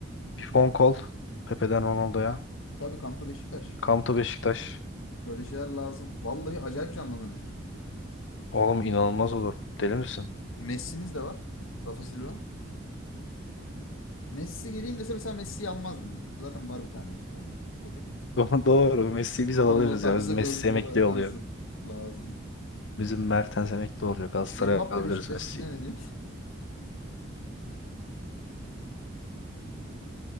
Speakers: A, on the left; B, on the left.
A: Bir phone call Pepe'den Ronaldo'ya.
B: Tabii Kanto Beşiktaş.
A: Kamto Beşiktaş.
B: Böyle şeyler lazım. Vallahi acayip canlanır lig.
A: Oğlum inanılmaz olur. Deli misin?
B: Messi'miz de var. Rafa Silva. Messi geleyim dese mesela Messi'yi almazdım. Zaten var bir tane bizde. O tip.
A: <laughs> Do- Doğru. Messi'yi biz
B: Ronaldo
A: alabiliriz
B: tarzı
A: ya. Bizim Messi
B: bir oyuncu
A: emekli
B: <laughs> lazım.
A: oluyor.
B: Lazım.
A: Bizim Mertens emekli oluyor. Galatasaray'a
B: Mbappe
A: alabiliriz
B: Beşiktaş
A: Messi'yi.
B: işine ne diyorsun?